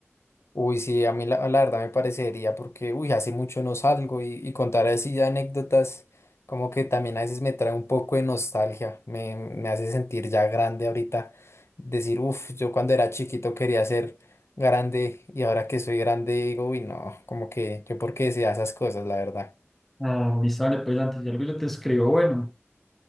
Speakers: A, on the left; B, in the centre.
A: Uy, sí, a mí la, la verdad me parecería porque, uy, hace mucho no salgo y, y contar así anécdotas como que también a veces me trae un poco de nostalgia, me, me hace sentir ya grande ahorita, decir, uff, yo cuando era chiquito quería ser grande y ahora que soy grande digo, uy, no, como que yo por qué decía esas cosas, la verdad.
B: Ah, listo, vale, pues Santi, si algo yo te escribo, bueno,